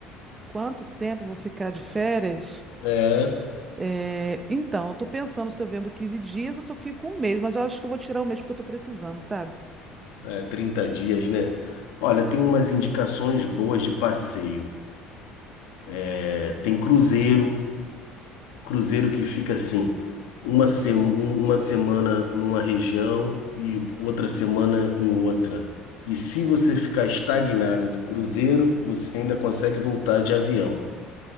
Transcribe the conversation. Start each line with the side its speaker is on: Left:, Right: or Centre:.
Right: Quanto tempo eu vou ficar de férias?
Left: É,
Right: É, então, eu tô pensando se eu vendo 15 dias ou se eu fico um mês, mas eu acho que eu vou tirar um mês porque eu tô precisando, sabe?
Left: é 30 dias, né? Olha, tem umas indicações boas de passeio. É, tem cruzeiro. cruzeiro que fica assim, uma, se- um- uma semana numa região e outra semana em outra. E se você ficar estagnada do cruzeiro, você ainda consegue voltar de avião.